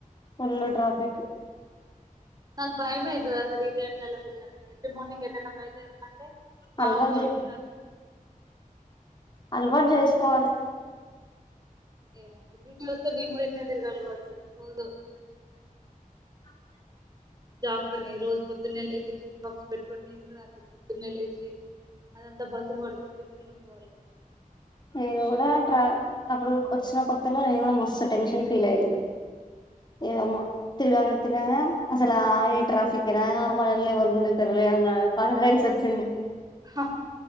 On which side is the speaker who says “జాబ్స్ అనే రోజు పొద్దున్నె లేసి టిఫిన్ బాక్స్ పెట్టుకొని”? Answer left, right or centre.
Right